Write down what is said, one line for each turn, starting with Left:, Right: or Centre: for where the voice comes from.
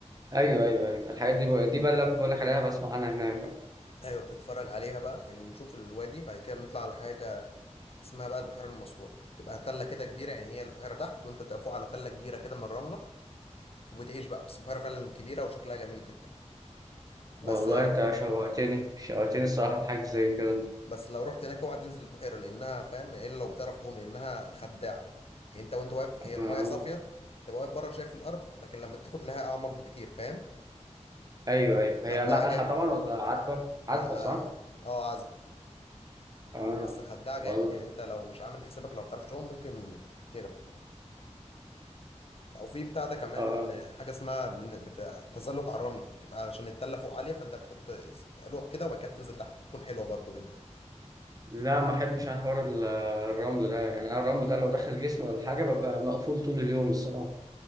Right: ايوه ايوه ايوه الحاجات دي بقى دي بقى اللي كنت بقول لك عليها بسمع عنها هناك بقى.
Left: ايوه بتتفرج عليها بقى يعني بنشوف الوادي بعد كده بنطلع على حاجه اسمها بقى البحيره المسحوره تبقى تله كده كبيره يعني هي البحيره تحت وانت تقف فوق على تله كبيره كده من الرمله وبتعيش بقى بس البحيره فعلا كبيره وشكلها جميل جدا بس
Right: والله انت شوقتني شوقتني الصراحه لحاجه زي كده
Left: بس لو رحت هناك اوعى تنزل البحيره لانها فاهم الا لو بتعرف تعوم لانها خداعه يعني انت وانت واقف هي المايه
Right: آه.
Left: صافيه تبقى واقف بره شايف الارض لكن لما تاخد لها اعمق بكتير فاهم
Right: ايوه ايوه هي
Left: خداعه
Right: مالحه
Left: جامد
Right: طبعا ولا عذبه عذبه
Left: لا
Right: صح
Left: اه آه، عذبه
Right: اه
Left: بس خداعه جامد
Right: والله
Left: يعني انت لو مش عامل حسابك لو بتعرفش تعوم ممكن تغرق او في بتاع ده كمان
Right: آه.
Left: حاجه اسمها بن- بتاع تزلج على الرمل تبقى عشان التله فوق عاليه فانت بتحط لوح كده وبعد كده بتنزل تحت تكون حلوه برضو جدا
Right: لا ما احبش انا حوار ال- الرمل ده يعني انا الرمل ده لو دخل جسمي ولا حاجه ببقى مقفول طول اليوم الصراحه